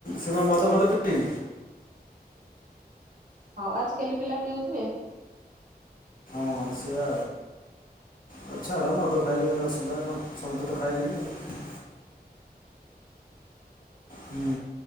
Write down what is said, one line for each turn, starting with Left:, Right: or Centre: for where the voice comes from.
Left: ସେ ମତ ତ ତ ପ
Right: ହଉ ଆଜିିକାଲି ପିଲା ପିଉଥିବେ
Left: ହଁ ସେଆା ଆଉଛାଡା ମଦ ଖାଇଲେ ଅସୁବିଧା କଣ ସମସ୍ତେ ତ ଖାଇଲେଣି ହୁଁ